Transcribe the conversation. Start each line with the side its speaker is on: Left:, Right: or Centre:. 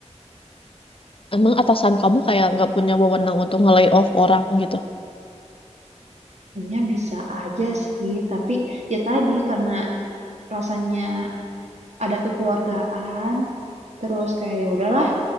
Left: Emang atasan kamu kayak nggak punya wewenang untuk nge off orang gitu?
Right: Sebenarnya bisa aja sih, tapi ya tadi karena rasanya ada kekeluargaan, terus kayak ya udahlah,